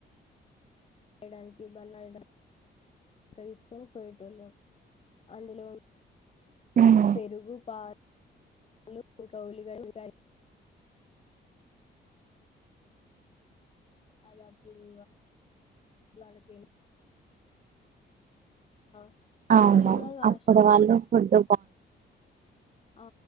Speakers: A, on the left (about 35°); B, on the right (about 50°).
A: యడానికి బలాయ తీసుకొని పోయేటళ్ళు అందులో
B: ఉమ్,
A: పెరుగు పా ఇంకౌలిని అది అప్పుడు వాళ్ళకే ఆ అంబలు
B: అవును
A: కూడా దసేటళ్ళు
B: అప్పుడు వాళ్ళు ఫుడ్
A: ఆ